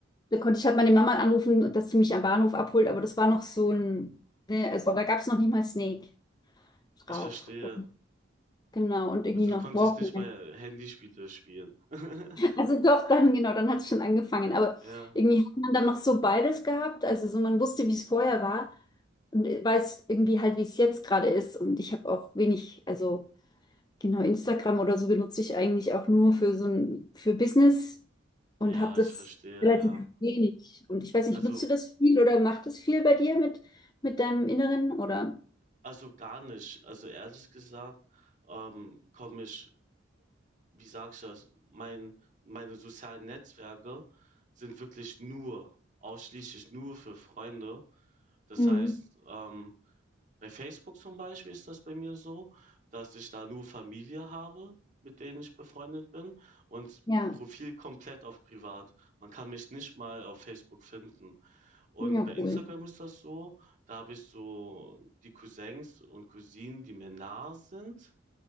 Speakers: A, on the left (about 20°); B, on the right (about 40°).
A: da konnte ich halt meine Mama anrufen, dass sie mich am Bahnhof abholt, aber das war noch so ein, ne, also da gab es noch nicht mal Snake
B: Ich
A: drauf.
B: verstehe.
A: Und, genau, und irgendwie
B: Also
A: noch
B: du konntest
A: Walkman.
B: nicht mal Handyspiele spielen. <laughs>
A: Also doch, dann, genau, dann hat es schon angefangen. Aber
B: Ja.
A: irgendwie hat man dann noch so beides gehabt. Also so man
B: Hm.
A: wusste, wie es vorher war und weiß irgendwie halt, wie es jetzt gerade ist. Und ich habe auch wenig, also genau, Instagram oder so benutze ich eigentlich auch nur für so ein, für Business und
B: Ja,
A: habe das
B: ich verstehe,
A: relativ
B: ja.
A: wenig. Und ich weiß nicht,
B: Also
A: nutzt du das viel oder macht das viel bei dir mit, mit deinem Inneren oder?
B: also gar nicht. Also ehrlich gesagt, ähm, komme ich wie sage ich das? Mein meine sozialen Netzwerke sind wirklich nur ausschließlich nur für Freunde. Das
A: Mhm.
B: heißt, ähm, bei Facebook zum Beispiel ist das bei mir so, dass ich da nur Familie habe, mit denen ich befreundet bin und
A: Ja,
B: Profil komplett auf privat. Man kann mich nicht mal auf Facebook finden. Und
A: ja,
B: bei Instagram
A: cool.
B: ist das so, da habe ich so die Cousins und Cousinen, die mir nah sind,